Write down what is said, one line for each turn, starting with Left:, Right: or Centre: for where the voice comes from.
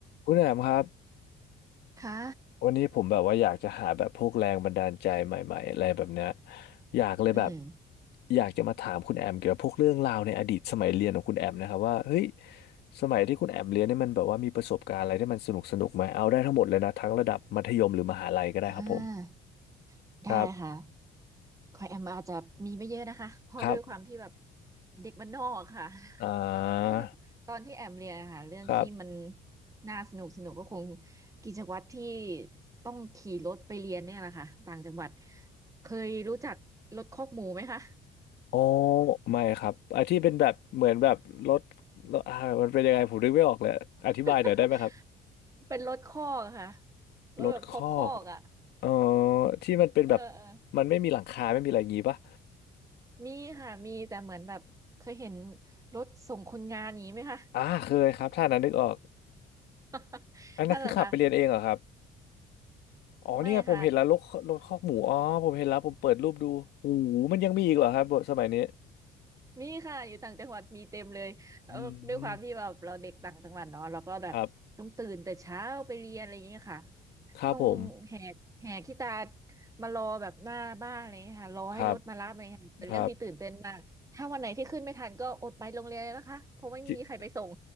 Left: คุณแอมครับ
Right: ค่ะ
Left: วันนี้ผมแบบว่าอยากจะหาแบบพวกแรงบันดาลใจใหม่ๆอะไรแบบเนี้ยอยากเลยแบบ
Right: อืม
Left: อยากจะมาถามคุณแอมเกี่ยวกับพวกเรื่องราวในอดีตสมัยเรียนของคุณแอมนะครับว่าเฮ้ยสมัยที่คุณแอมเรียนเนี่ยมันแบบว่ามีประสบการณ์อะไรที่มันสนุกสนุกไหมเอาได้ทั้งหมดเลยนะทั้งระดับมัธยมหรือมหาลัยก็ได้ครับผม
Right: อ่าได้ค่ะ
Left: ครับ
Right: คอยแอมอาจจะมีไม่เยอะนะคะเพราะด้วยความที่แบบ
Left: ครับ
Right: เด็กบ้านนอกค่ะ
Left: อ่า
Right: <laughs> ก็คือตอนที่แอมเรียนอะค่ะเรื่องที่มัน
Left: ครับ
Right: น่าสนุกสนุกก็คงกิจวัตรที่ต้องขี่รถไปเรียนเนี่ยแหละค่ะต่างจังหวัดเคยรู้จักรถคอกหมูไหมคะ
Left: อ๋อไม่ครับไอ้ที่เป็นแบบเหมือนแบบรถรถอ่ามันเป็นยังไงผมนึกไม่ออกเลยอธิบายหน่อยได้ไหมครับ
Right: <laughs> เป็นรถคอกค่ะรถแบบคอกคอกอ่ะ
Left: รถคอก อ๋อที่มันเป็นแบบ
Right: เออเออ
Left: มันไม่มีหลังคาไม่มีอะไรอย่างงี้ปะ
Right: มีค่ะมีแต่เหมือนแบบเคยเห็นรถส่งคนงานอย่างนี้ไหมคะ
Left: อ่าเคยครับถ้านั้นนึกออก
Right: <laughs>
Left: อันนั้นคือขับไปเรียนเองเหรอครับ
Right: นั่นแหละค่ะ
Left: อ๋อเนี่ยผมเห็นแล้วรถรถคอกหมูอ๋อผมเห็นแล้วผมเปิดรูปดูหูมันยังมีอีกเหรอครับบทสมัยนี้
Right: ไม่ค่ะมีค่ะอยู่ต่างจังหวัดมีเต็มเลยแล้วด้วยความที่แบบเราเด็กต่างจังหวัดเนาะเราก็แบบต้องตื่นแต่เช้าไปเรียนอะไรอย่างเงี้ยค่ะ
Left: อืมครับครับผม
Right: ต้องแหกแหกขี้ตามารอแบบหน้าบ้านอะไรอย่างเงี้ยค่ะรอให้รถมารับอะไรอย่างเงี้ยค่ะเป็นเรื่องที่ตื่นเต้นมากถ้าวันไหนที่ขึ้นไม่ทันก็อดไปโรงเรียนเลยนะคะเพราะไม่มีใครไปส่ง
Left: ครับครับจริ